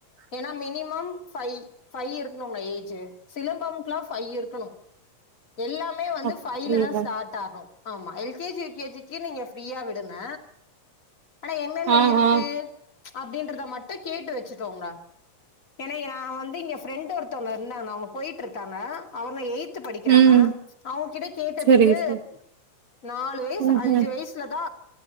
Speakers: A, on the left; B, on the right.
A: ஏனா மினிமம் ஃபைவ் ஃபைவ் இருக்ணுங்க ஏஜ் சிலம்பம்க்லா ஃபைவ் இருக்கணு எல்லாமே வந்து
B: அப்படியா
A: ஃபைலதா ஸ்டார்ட் ஆக்ணு ஆமா L K G K G க்கி நீங்க ஃரீயா விடுங்க ஆனா என்னென்ன
B: ஆஹ்
A: இருத்து
B: ஆஹ்
A: அப்டின்றத மட்டு கேட்டு வெச்சுகோங்க எனைய நா வந்து இங்க ஃபிரெண்ட் ஒருத்தவ்ங்க இருந்தாங்க அவுங்க போயிட்ருக்காங்க அவுங்க எய்த்து படி கிறாங்க
B: உம்
A: அவுங்கிட்ட கேட்டதுக்கு
B: சரி சரி
A: நாலு வயசு
B: உம்
A: அஞ்சு
B: உம்
A: வயசுல தா